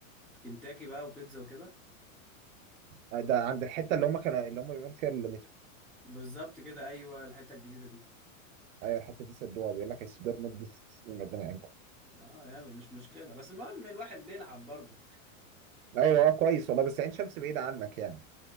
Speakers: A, in the centre; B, on the right (about 75°).
A: كنتاكي بقى وبيتزا وكده
B: آه، ده عند الحته اللي هم كانوا اللي هم بيعملوا فيها المترو
A: بالظبط كده ايوه الحته الجديده دي
B: ايوه الحته دي سدوها بيقول لك هيسدوها لمده ست سنين ربنا يعينكم
A: اه يلا مش مشكلة بس المهم الواحد بيلعب برضو
B: ايوه آه، كويس والله بس عين شمس بعيده عنك يعني